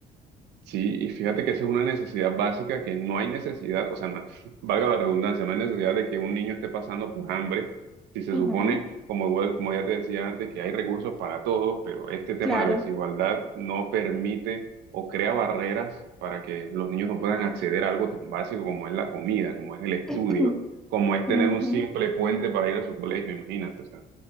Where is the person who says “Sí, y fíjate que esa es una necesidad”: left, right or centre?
Right